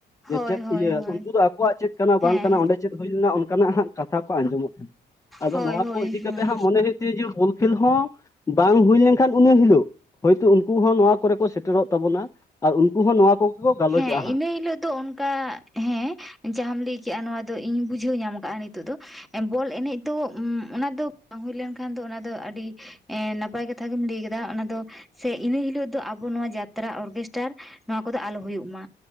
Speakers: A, in the centre; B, on the left (about 15°).
A: ᱦᱳᱭ
B: ᱪᱮᱫ
A: ᱦᱳᱭ
B: ᱤᱭᱟᱹ
A: ᱦᱳᱭ
B: ᱩᱱᱠᱩ ᱫᱚ ᱟᱠᱚᱣᱟᱜ ᱪᱮᱫ ᱠᱟᱱᱟ ᱵᱟᱝ
A: ᱦᱮᱸ
B: ᱠᱟᱱᱟ ᱚᱸᱰᱮ ᱪᱮᱫ ᱦᱩᱭ ᱞᱮᱱᱟ ᱚᱱᱠᱟᱱᱟᱜ ᱦᱟᱸᱜ ᱠᱟᱛᱷᱟ ᱠᱚ ᱟᱸᱡᱚᱢᱚᱜ ᱛᱟᱦᱮᱱᱟ᱾ ᱟᱫᱚ
A: ᱦᱳᱭ
B: ᱱᱚᱣᱟ
A: ᱦᱳᱭ
B: ᱠᱚ ᱤᱫᱤ ᱠᱟᱛᱮ
A: ᱦᱳᱭ
B: ᱦᱟᱸᱜ ᱢᱚᱱᱮ ᱦᱩᱭᱩᱜ ᱠᱟᱱᱟ᱾ ᱛᱮ ᱡᱮ ᱵᱚᱞ ᱠᱷᱮᱞ ᱦᱚᱸ ᱵᱟᱝ ᱦᱩᱭ ᱞᱮᱱᱠᱷᱟᱱ ᱩᱱᱟᱹ ᱦᱤᱞᱳᱜ ᱦᱚᱭᱛᱳ ᱩᱱᱠᱩ ᱦᱚᱸ ᱱᱚᱣᱟ ᱠᱚᱨᱮ ᱠᱚ ᱥᱮᱴᱮᱨᱚᱜ ᱛᱟᱵᱚᱱᱟ ᱟᱨ ᱩᱱᱠᱩ ᱦᱚᱸ ᱱᱚᱣᱟ ᱠᱚᱜᱮ ᱠᱚ ᱜᱟᱞᱚᱪᱚᱜᱼᱟ
A: ᱦᱮᱸ
B: ᱦᱟᱸᱜ
A: ᱤᱱᱟᱹ ᱦᱤᱞᱟᱹᱜ ᱫᱚ ᱚᱱᱠᱟ ᱦᱮᱸ ᱡᱟᱦᱟᱸᱢ ᱞᱟᱹᱭ ᱠᱮᱫᱼᱟ᱾ ᱱᱚᱣᱟ ᱫᱚ ᱤᱧ ᱵᱩᱡᱷᱟᱹᱣ ᱧᱟᱢ ᱠᱟᱜ ᱟ ᱱᱤᱛᱚᱜ ᱫᱚ ᱵᱚᱞ ᱮᱱᱮᱡ ᱫᱚ ᱚᱱᱟ ᱫᱚ ᱵᱟᱝ ᱦᱩᱭ ᱞᱮᱱᱠᱷᱟᱱ ᱠᱷᱟᱱ ᱫᱚ ᱚᱱᱟ ᱫᱚ ᱟᱹᱰᱤ ᱮ ᱱᱟᱯᱟᱭ ᱠᱟᱛᱷᱟ ᱜᱮᱢ ᱞᱟᱹᱭ ᱠᱟᱫᱟ᱾ ᱚᱱᱟ ᱫᱚ ᱥᱮ ᱤᱱᱟᱹ ᱦᱤᱞᱳᱜ ᱫᱚ ᱟᱵᱚ ᱱᱚᱣᱟ ᱡᱟᱛᱨᱟ ᱚᱨᱜᱮᱥᱴᱟᱨ ᱱᱚᱣᱟ ᱠᱚᱫᱚ ᱟᱞᱚ ᱦᱩᱭᱩᱜ ᱢᱟ᱾